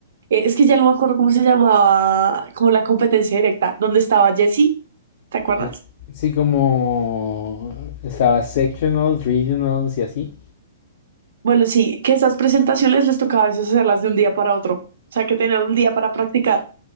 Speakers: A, on the right; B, on the left.
A: Eh, es que ya no me acuerdo cómo se llamaba, como la competencia directa, donde estaba Jessie ¿te acuerdas?
B: Eh, Sí, como estaba sectional, regionals y así.
A: Bueno, sí, que esas presentaciones les tocaba a veces hacerlas de un día para otro, o sea, que tenían un día para practicar.